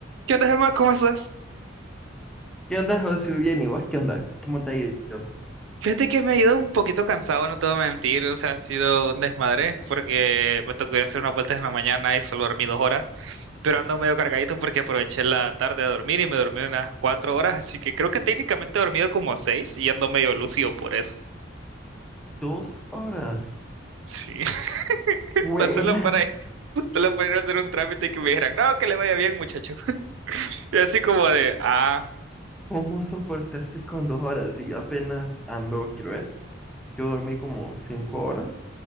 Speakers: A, on the right; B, in the centre.
A: ¿Qué onda, Gemma? ¿Cómo estás?
B: ¿Qué onda, José? Bien, ¿y vos qué onda? ¿Cómo te ha ido?
A: Fíjate que me he ido un poquito cansado, no te voy a mentir, o sea, ha sido un desmadre porque me tocó ir a hacer unas vueltas en la mañana y solo dormí dos horas, pero ando medio cargadito porque aproveché la tarde a dormir y me dormí unas cuatro horas, así que creo que técnicamente he dormido como seis y ando medio lúcido por eso.
B: Dos horas.
A: Sí, <laughs>
B: ¡Huela!
A: pa- solo para, solo para ir a hacer un trámite y que me dijeran, no, que le vaya bien, muchacho. Y así como de, ah,
B: ¿Cómo soportaste con dos horas? Y yo apenas ando, quiero ver. Yo dormí como cinco horas